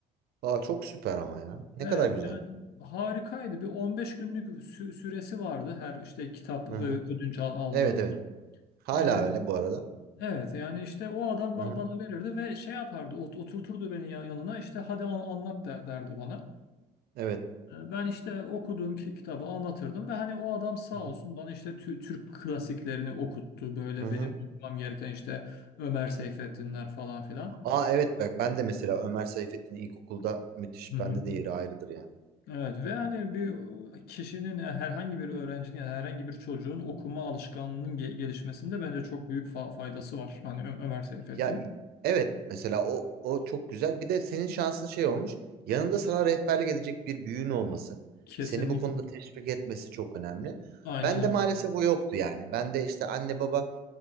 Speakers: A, on the right (about 65°); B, on the left (about 70°).
A: Aa çok süper ama ya. Ne
B: Evet
A: kadar güzel.
B: yani harikaydı. Bir 15 günlük sü- süresi vardı her işte kitap e,
A: Hı hı.
B: ödünç al aldığında.
A: Evet evet. Hala
B: Ee,
A: öyle bu arada.
B: evet yani işte o adam ba-
A: Hı hı.
B: bana verirdi ve şey yapardı ot- oturturdu beni yan- yanına işte hadi an- anlat de- derdi bana.
A: Evet.
B: E, Ben işte okuduğum ki- kitabı anlatırdım ve hani o adam sağ
A: Hı hı.
B: olsun bana işte tü- Türk klasiklerini okuttu. Böyle
A: Hı hı.
B: benim okumam gereken işte Ömer Seyfettinler falan filan.
A: Aa evet bak ben de mesela Ömer Seyfettin ilkokulda müthiş
B: Hı hı.
A: bende de yeri ayrıdır yani.
B: Evet ve hani bir kişinin yani herhangi bir öğrencinin ya da herhangi bir çocuğun okuma alışkanlığının ge- gelişmesinde bence çok büyük fa- faydası var. Hani Ö- Ömer Seyfettin'in.
A: Ya evet mesela o o çok güzel. Bir de senin şansın şey olmuş. Yanında sana rehberlik edecek bir büyüğün olması.
B: Kesinlikle.
A: Seni bu konuda teşvik etmesi çok önemli.
B: Aynen
A: Ben
B: öyle.
A: de maalesef o yoktu yani. Ben de işte anne baba